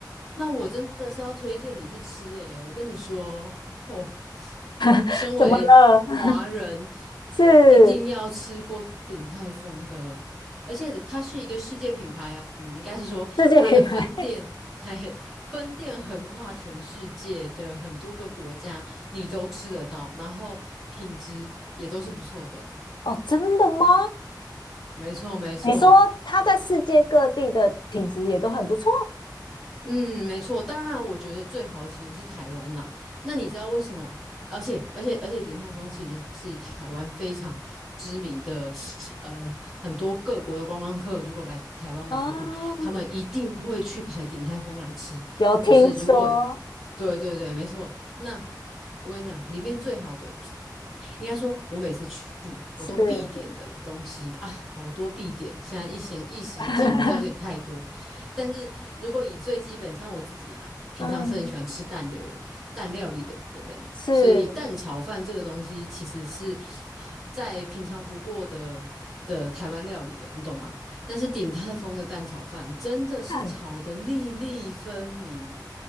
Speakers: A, in the centre; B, on the left.
A: 那我真的是要推荐你去吃诶、我跟你说，哦，
B: <laughs>
A: 身为华人，
B: 怎么了？<laughs> 是
A: 一定要吃过鼎泰丰的，而且它是一个世界品牌哦，嗯，应该是说它的分店，
B: 世界品牌？
A: 嘿，分店横跨全世界的很多个国家，你都吃得到，然后品质也都是不错的。
B: <laughs> 哦，真的吗？
A: 没错，没错。
B: 你说他在世界各地的品质也都很不错，
A: 嗯，没错。当然，我觉得最好其实是台湾啦。那你知道为什么？而且，而且，而且，鼎泰丰其实是台湾非常知名的，呃，很多各国的观光客如果来台湾玩的话，
B: 啊，
A: 他们一定会去排鼎泰丰来吃。
B: 有听说
A: 就是如果，对对对，没错。那我跟你讲，里面最好的应该说，我每次去我都必点的东西，
B: 是，
A: 哎，好多必点。现在一时一时讲好像有点太多，
B: <laughs>
A: 但是如果以最基本，像我自己啊，平常是很喜欢吃蛋的人，
B: 嗯，
A: 蛋料理的人，
B: 是，
A: 所以蛋炒饭这个东西其实是啊再平常不过的的台湾料理了，你懂吗？但是鼎泰丰的蛋炒饭真的是炒得粒粒分明，
B: 但